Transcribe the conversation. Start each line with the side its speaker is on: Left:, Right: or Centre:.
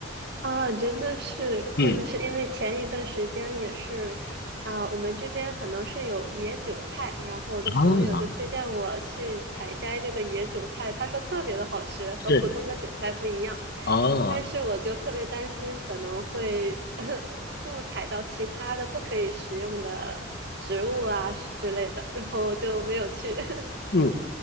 Right: 啊，真的是，
Left: 嗯，
Right: 真的是，因为前一段时间也是，啊、我们这边可能是有野韭菜，然后我的朋友就推荐我去采摘这个野韭菜，
Left: 啊，
Right: 他说特别的好吃，和普通的韭菜不一样，
Left: 是哦，
Right: 但是我就特别担心可能会 <laughs> 误采到其他的不可以食用的植物啊之类的，然后就没有去。<laughs>
Left: 嗯，